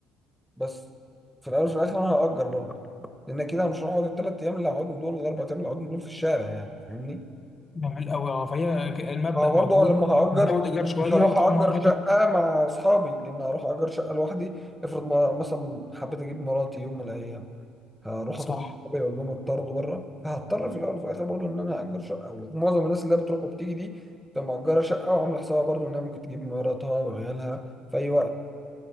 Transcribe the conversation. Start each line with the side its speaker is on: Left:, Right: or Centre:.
Centre: بس في الاول وفي الاخر انا هاجر برضه لان كده أنا مش هقعد الثلاث ايام اللي هقعدهم دول ولا الاربع ايام اللي هقعدهم دول في الشارع يعني فاهمني
Left: جميل قوي اه فهي ك- المبدا
Centre: ما هو
Left: موجود
Centre: برضه لما هأجر
Left: تزود ايجار شويه
Centre: مش هروح
Left: وتقعد
Centre: أجر
Left: مع مراتك
Centre: شقة مع أصحابي لأن هروح أجر شقة لوحدي افرض ما- مثلا حبيت أجيب مراتي يوم من الأيام هروح
Left: صح
Centre: أطرد صحابي أقول لهم اتطردوا بره فهضطر في الأول وفي الآخر برضه إن أنا أجر شقة ومعظم الناس اللي هي بتروح وبتيجي دي بتبقى مأجرة شقة وعاملة حسابها برضه إنها ممكن تجيب مراتها وعيالها في أي وقت